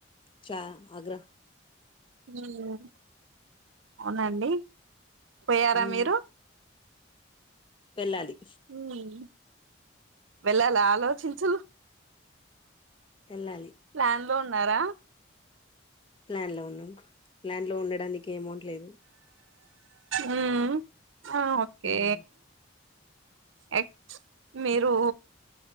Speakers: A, on the left; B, on the right.
A: చా ఆగ్ర
B: మ్మ్ అవునండి పోయారా
A: ఉమ్,
B: మీరు
A: వెళ్ళాలి
B: మ్మ్ వెళ్లాలా ఆలోచించు
A: ఎళ్ళాలి
B: ప్లాన్ లో ఉన్నారా
A: ప్లాన్ లో ఉన్నాం ప్లాన్లో ఉండడానికి అమౌంట్ లేదు
B: మ్మ్ ఆ ఓకే
A: ఉమ్,
B: ఎక్ మీరు